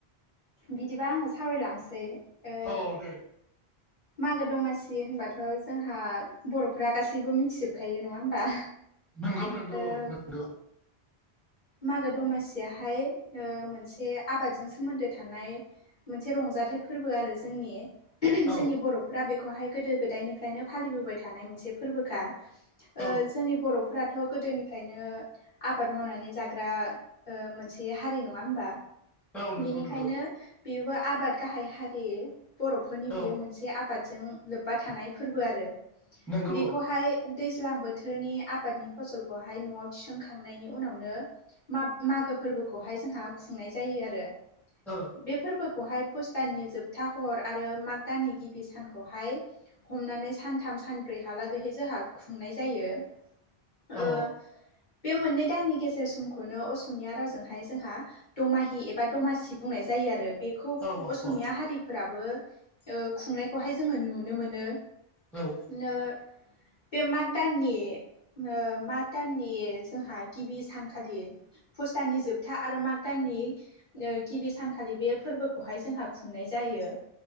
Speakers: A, on the left; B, in the centre.
A: बिदिबा आङो सावरायलांसै ओ
B: औ दे
A: मागो दमासि होनबाथ' जोंहा बर'फोरा गासैबो मिथिजोबखायो नङा होमबा
B: नंगौ नंगौ
A: ओ
B: औ नंगौ।
A: मागो दमासियाहाय मोनसे आबादजों सोमोन्दो थानाय। मोनसे रंजाथाइ फोरबो आरो जोंनि
B: औ
A: जोंनि बर'फोरा बेखौहाय गोदो गोदायनिफ्रायनो फालिबोबाय थानाय मोनसे फोरबोखा। ओ
B: औ
A: जोंनि बर'फोराथ' गोदोनिफ्रायनो आबाद मावनानै जाग ग्रा ओ मोनसे हारि नङा होमबा
B: औ नंगौ
A: बेनिखायनो
B: नंगौ
A: बिबो आबाद गाहाय हारि बर'फोरनि बियो
B: औ
A: मोन से आबादजों लोब्बा थानाय फोरबो आरो
B: नंगौ
A: बेखौहाय
B: औ
A: दैज्लां बो थोरनि आबादनि फसलखौहाय न'आव थिसनखांनायनि उनावनो माब-मागो फोरबोखौहाय जोंहा खुंनाय जायो आरो।
B: ओ।
A: बे फोरबोखौहाय पुस दाननि जोबथा हर आरो माग दाननि गिबि सानखौहाय हमनानै सानथाम सानब्रै हालागै जोहा खुंनाय जायो। ओ
B: औ
A: बे मोननै दाननि गेजेर स हमखोनो असमिया रावजोंहाय जोंहा दमाहि एबा दमासि बुंनाय जायो आरो बेखौ
B: औ
A: असमिया
B: औ
A: हारिफोराबो ओ खुंनायखौहाय जोङो नुनो मोनो।
B: औ
A: नो बे माग दाननि ओ माग दाननि जोंहा गिबि सान खालि पुस्ताननि जोबथा आरो माग दाननि ओ गिबि सानखालि बे फोरबोखौहाय जोंहा खुंनाय जायो।